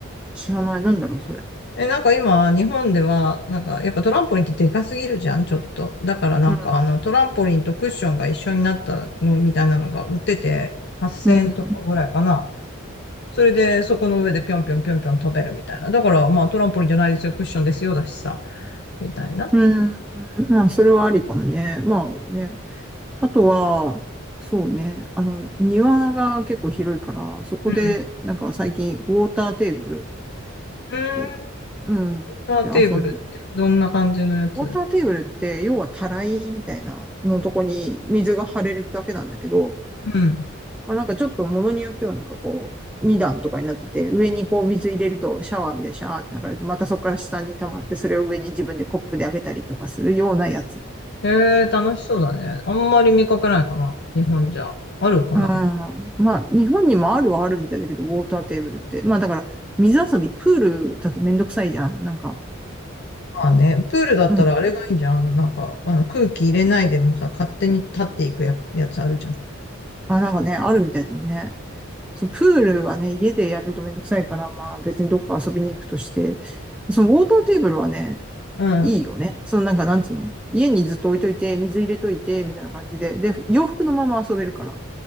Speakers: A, in the centre; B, on the left.
A: 知らない。なんだろう、それ。
B: え、なんか今、日本では、なんか、やっぱトランポリンってでかすぎるじゃん、ちょっと。だからなんか、
A: うん。
B: あの、トランポリンとクッションが一緒になったのみたいなのが売ってて、8000円とかぐらいかな。
A: うん。
B: それで、そこの上でぴょんぴょんぴょんぴょん飛べるみたいな。だから、まあ、トランポリンじゃないですよ、クッションですよ、だしさ、みたいな。
A: うん。まあ、それはありかもね。まあね、あとは、そうね、あの、庭が結構広いから、そこで、
B: うん。
A: なんか最近、ウォーターテーブル
B: うーん。
A: を、
B: セ
A: うん、
B: ンターテーブルって、
A: で遊ん、
B: どんな感じのやつ
A: ウォーターテーブルって、要はたらいみたいなのとこに水が張れるだけなんだけど、
B: うん。
A: まあ、なんかちょっと物によってはなんかこう、2段とかになってて、上にこう水入れるとシャワーみたいにシャーって流れて、またそこから下に溜まって、それを上に自分でコップであげたりとかするようなやつ。
B: へえ、楽しそうだね。あんまり見かけないかな、日本じゃ。あるかな
A: うん。まあ、日本にもあるはあるみたいだけど、ウォーターテーブルって。まあ、だから、水遊び、プールだとめんどくさいじゃん。なんか、
B: まあね、プールだったらあれがいいんじゃん。
A: うん。
B: あの、なんか、あの、空気入れないでもさ、勝手に立っていくや、やつあるじゃん。
A: まあ、なんかね、あるみたいだよね。そう、プールはね、家でやるとめんどくさいから、まあ、別にどっか遊びに行くとして、そのウォーターテーブルはね、
B: う
A: いいよね。そのなんか、なんつうの家にずっと置いといて、水入れといて、みたいな感じで。で、洋服のまま遊べるから。